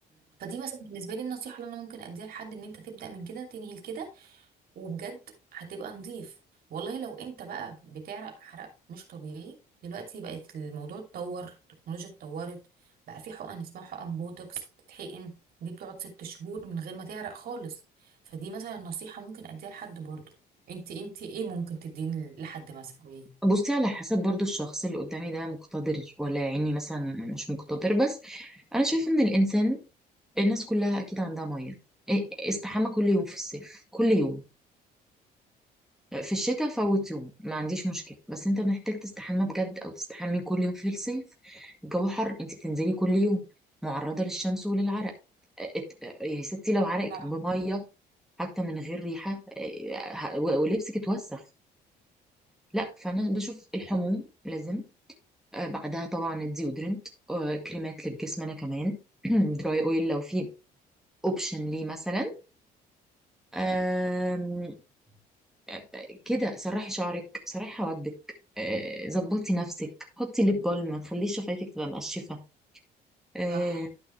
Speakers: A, on the right; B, in the centre.
A: فدي مثلا بالنسبه لي النصيحه اللي انا ممكن اديها لحد ان انت تبدا من كده تنهي لكده وبجد هتبقى نظيف والله لو انت بقى بتعرق حرق مش طبيعي دلوقتي بقت الموضوع اتطور التكنولوجيا اتطورت بقى في حقن اسمها حقن بوتوكس تتحقن دي بتقعد ست شهور من غير ما تعرق خالص فدي مثلا نصيحة ممكن اديها لحد برضه انت انت ايه ممكن تديني لحد مثلا قوليلي
B: بصي على حسب برضو الشخص اللي قدامي ده مقتدر ولا يعني مثلا مش مقتدر بس انا شايف ان الانسان الناس كلها اكيد عندها ميه إيه- استحمى كل يوم في الصيف كل يوم في الشتاء فوت يوم ما عنديش مشكله بس انت محتاج تستحمى بجد او تستحمي كل يوم في الصيف الجو حر انت بتنزلي كل يوم معرضه للشمس وللعرق ات- يا ستي لو عرقك
A: صح
B: بميه حتى من غير ريحه اه، ه- ولبسك اتوسخ لا فانا بشوف الحموم لازم آه، بعدها طبعا الديودرنت آه، كريمات للجسم انا كمان <clears throat> دراي اويل لو في اوبشن ليه مثلا آم، آه، كده سرحي شعرك سرحي حواجبك آه، ظبطي نفسك حطي ليب بالم ما تخليش شفايفك تبقى مقشفه آه،
A: صح